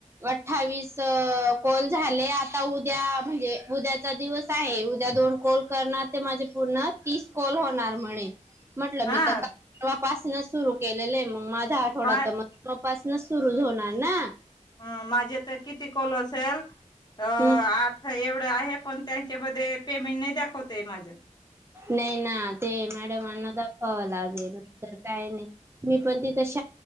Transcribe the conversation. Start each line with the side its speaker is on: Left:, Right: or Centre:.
Right: अठ्ठावीस कोल झाले आता उद्या म्हणजे उद्याचा दिवस आहे. उद्या दोन कोल करणार ते माझे पूर्ण तीस कोल होणार म्हणे! म्हंटलं
Left: हा
Right: मी तर का न सुरू केलेलं के माझ हा आठवडा
Left: मा
Right: तर मग तपासन सुरूच होणार ना!
Left: ह माझेता किती कॉल असेल? अ
Right: हम्म
Left: आठ एवढं आहे, पण! पण त्यांच्यामध्ये पेमेंट नाही दाखवतंय माझं.
Right: नाही ना ते मॅडमांना दाखवावं लागेल नंतर काही नाही मी पण तशी